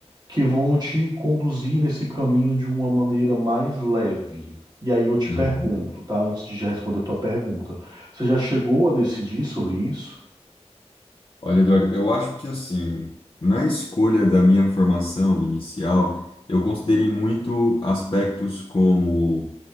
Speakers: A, on the right (about 35°); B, on the left (about 45°).
A: que vão te conduzir nesse caminho de uma maneira mais leve. E aí eu te
B: uhum.
A: pergunto, tá? Antes de já responder a tua pergunta, você já chegou a decidir sobre isso?
B: Olha, Eduardo, eu acho que assim, na escolha da minha formação inicial, eu considerei muito aspectos como